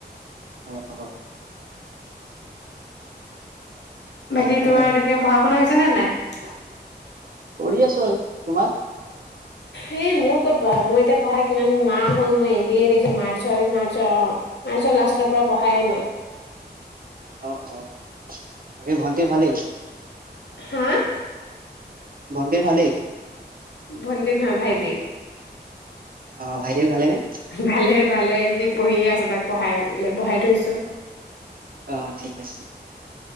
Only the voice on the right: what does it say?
অহ অ অ! তাৰ
পৰা
কৰি আছো আৰু তোমাৰ?
অ-অ বাকী ভাল কি ভালেই?
ভন্তিৰ ভালেই
অ, ভাইটি ভালে নে?
অ, ঠিক আছে।